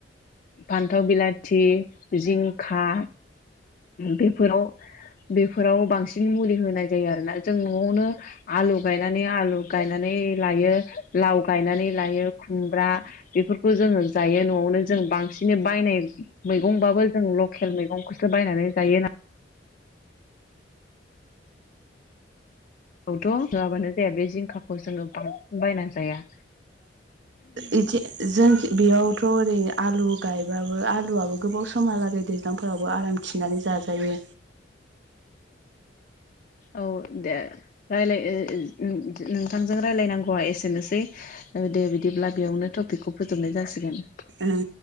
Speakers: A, on the left; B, on the right.
A: फानथाव बिलाथि जिंखा बेफोराव बेफोराव बांसिन मुलि होनाय जायो आरोना जों नआवनो आलु। गायनानै आलु गायनानै लायो लाव गायनानै लायो खुमब्रा बेफोरखौ जोंङो जायो नआवनो जों बांसिनै बायनाय मैगंबाबो जों लकेल मैगंखौसो बायनानै जायो नाय। थ होआबानो जाया बे जिंखाखौ जोंङो बांसिन बायना जाया।
B: इदि जों। बेयावथ ओरै आलु गायबाबो आलुआबो गोबाव समहालागै दैज्लांफोरावबो आराम थिनानै जाजायो।
A: औ दे रायलाय नोंथांजों रायलायनांगौआ एसेनोसै दे बिदिब्ला बेयावनो टपिकखौ फोजोबनाय जासिगोन।
B: ओं।